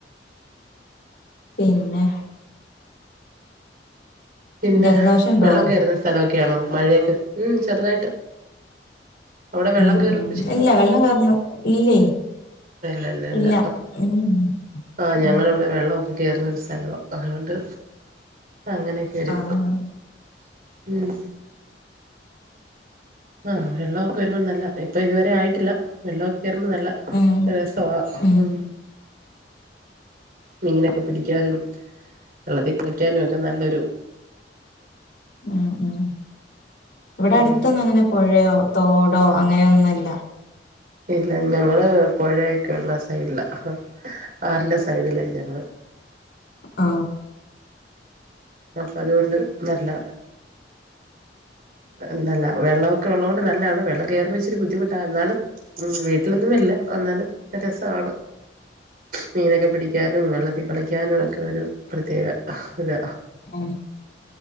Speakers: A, on the left (about 65°); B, on the right (about 55°).
A: പിന്നെ
B: പിന്നെ
A: ജലദോഷണ്ടോ?
B: വെള്ളം കയറുന്ന സ്ഥലമൊക്കെ ക്കെ ആണോ മഴയൊക്കെ ഉം ചെറുതായിട്ട് അവിടെ വെള്ളം
A: ഉം
B: കേറൊക്കെ
A: ഉം
B: ചെയ്യോ
A: ഇല്ല വെള്ളം കേറുന്നു ഇല്ലേ
B: ലല്ലല്ല
A: ഇല്ല ഉം
B: ആ
A: ഉം
B: ഞങ്ങളവിടെ വെള്ളൊക്കെ കേറുന്നൊരു സ്ഥലവ അതുകൊണ്ട് അങ്ങ ഒരു
A: ആഹ്
B: ഉം ആ വെള്ളമൊക്കെ വരുമ്പോൾ നല്ല ഇപ്പൊ ഇതുവരെ ആയിട്ടില്ല വെള്ള <unintelligible> നല്ല
A: ഉം
B: രസവാ
A: ഉം
B: മ് മീനൊക്കെ പിടിക്കാനും വെള്ളത്തി കുളിക്കാനും ഒക്കെ നല്ലൊരു
A: ഉം ഉം ഇവിടെ
B: ഉം
A: അടുത്തൊന്ന അങ്ങനെ പുഴയോ തോടോ അങ്ങനെയൊന്നും ഇല്ല
B: ഇല്ല ഞങ്ങള് പുഴയൊക്കെള്ള സൈഡില ആറിന്റെ സൈഡില ഞ
A: ആ
B: അപ്പം അതുകൊണ്ട് നല്ല എന്തല്ല വെള്ളമൊക്കെ ഉള്ളതോണ്ട് നല്ലതാണ് വെള്ള കേറുമ്പോ ഇച്ചിരി ബുദ്ധിമു ട്ടാ എന്നാലും വീ വീട്ടിലൊന്നുമില്ല എന്നാലും രസമാണ് മീനൊക്കെ പിടിക്കാനും വെള്ളത്തിൽ കളിക്കാനും ഒക്കെ ഒരു പ്രത്യേക ഇതാ
A: ആ